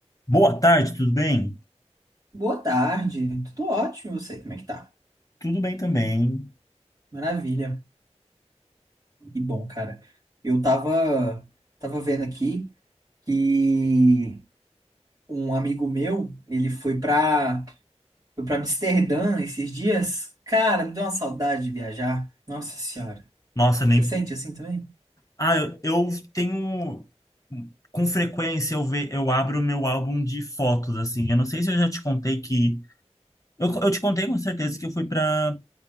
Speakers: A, on the left; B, on the right.
A: Boa tarde, tudo bem?
B: Boa tarde, tudo ótimo, e você, como é que tá?
A: Tudo bem também.
B: Maravilha, que bom, cara. Eu tava, tava vendo aqui que um amigo meu, ele foi pra, foi pra Amsterdã esses dias. Cara, me deu uma saudade de viajar. Nossa senhora,
A: Nossa, nem.
B: você sente assim também?
A: Ah, eu, eu tenho. Com frequência eu, ve... eu abro o meu álbum de fotos, assim. Eu não sei se eu já te contei que. Eu, eu te contei com certeza que eu fui para